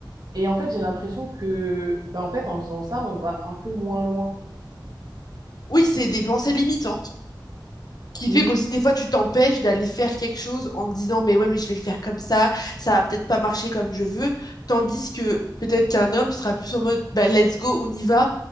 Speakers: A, on the right (about 55°); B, on the left (about 55°).
A: Et en fait, j'ai l'impression que, bah, en fait, en faisant ça, on va un peu moins loin.
B: Oui, c'est des pensées limitantes. qui
A: Oui,
B: fait qu'aussi des fois tu t'empêches d'aller faire quelque chose en te disant mais ouais mais je vais le faire comme ça ça va peut-être pas marcher comme je veux tandis que peut-être qu'un homme sera plus en mode bah let's go on y va